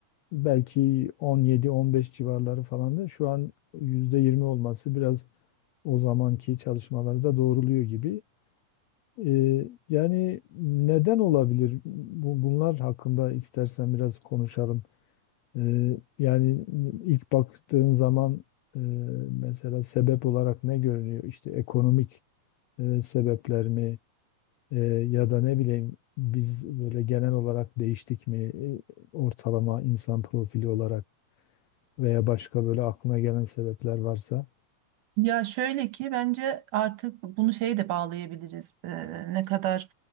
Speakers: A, on the left; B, on the right.
A: Belki 17-15 civarları falandı. Şu an %20 olması biraz o zamanki çalışmaları da doğruluyor gibi. E, yani neden olabilir? Bu- Bunlar hakkında istersen biraz konuşalım. Eee, yani ilk baktığın zaman eee, mesela sebep olarak ne görünüyor? İşte ekonomik eee, sebepler mi Eee, ya da ne bileyim biz böyle genel olarak değiştik mi Eee, ortalama insan profili olarak veya başka böyle aklına gelen sebepler varsa.
B: Ya şöyle ki bence artık bunu şeye de bağlayabiliriz. Ee, ne kadar